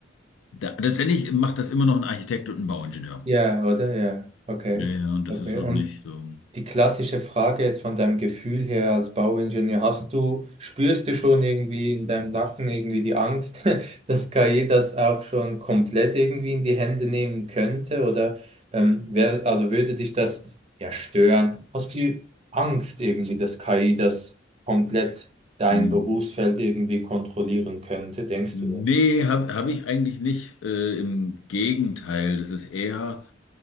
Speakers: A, on the left (about 80°); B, on the right (about 30°).
A: Da, letztendlich macht das immer noch ein Architekt und ein Bauingenieur.
B: Ja, oder? Ja. Okay.
A: Ja, ja, und
B: Okay.
A: das ist noch
B: Und
A: nicht so.
B: die klassische Frage jetzt von deinem Gefühl her als Bauingenieur, hast du, spürst du schon irgendwie in deinem Nacken irgendwie die Angst, <laughs> dass KI das auch schon komplett irgendwie in die Hände nehmen könnte? Oder ähm, wär, also würde dich das ja stören? Hast du Angst irgendwie, dass KI das komplett dein
A: mm.
B: Berufsfeld irgendwie kontrollieren könnte? Denkst
A: Nee,
B: du das?
A: habe hab hab ich eigentlich nicht. Äh, im Gegenteil, das ist eher